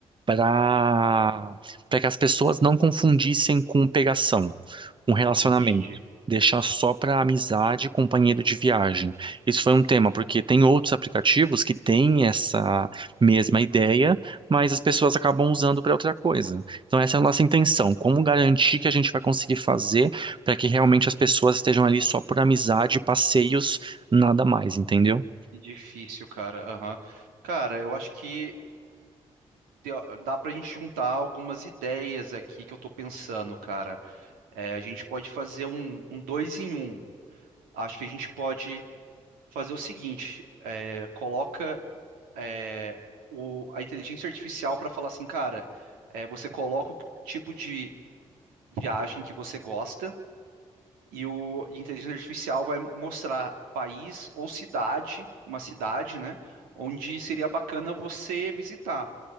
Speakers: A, on the right (about 35°); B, on the right (about 85°).
A: para para que as pessoas não confundissem com pegação um relacionamento,
B: entendi.
A: deixar só para amizade e companheiro de viagem. Isso foi um tema, porque tem outros aplicativos que têm essa mesma ideia, mas as pessoas acabam usando para outra coisa. Então, essa é a nossa intenção, como garantir que a gente vai conseguir fazer para que realmente as pessoas estejam ali só por amizade, passeios, nada mais, entendeu?
B: Que difícil, cara. Aham. Cara, eu acho que te- dá pra gente juntar algumas ideias aqui que eu tô pensando, cara. É, a gente pode fazer um, um dois em um. Acho que a gente pode fazer o seguinte: é, coloca é, o- a inteligência artificial pra falar assim, cara, é, você coloca o tipo de viagem que você gosta e o e a inteligência artificial vai mostrar país ou cidade, uma cidade, né, onde seria bacana você visitar.